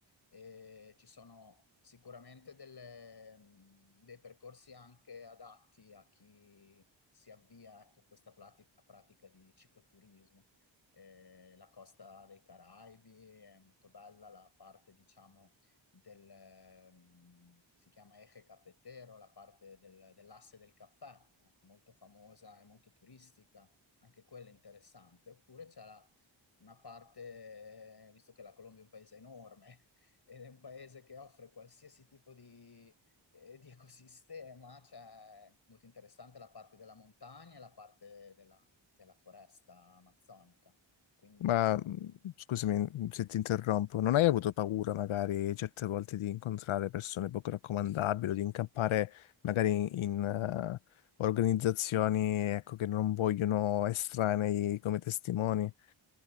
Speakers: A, on the left; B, on the left.
A: e ci sono sicuramente delle, mh, dei percorsi anche adatti a chi si avvia, ecco, a questa plati- a pratica di cicloturismo. Eh, la costa dei Caraibi è molto bella, la parte, diciamo, del, ehm, si chiama Eje Cafetero, la parte del- dell'asse del caffè, eh, molto famosa e molto turistica, anche quella interessante. Oppure c'è la- una parte, eh, visto che la Colombia è un paese enorme, ed è un paese che offre qualsiasi tipo di, eh, di ecosistema, cioè molto interessante la parte della montagna e la parte della, della foresta amazzonica, quindi
B: Ma mh, scusami se ti interrompo, non hai avuto paura magari certe volte di incontrare persone poco raccomandabili o di incappare magari in, eh, organizzazioni ecco, che non vogliono estranei come testimoni?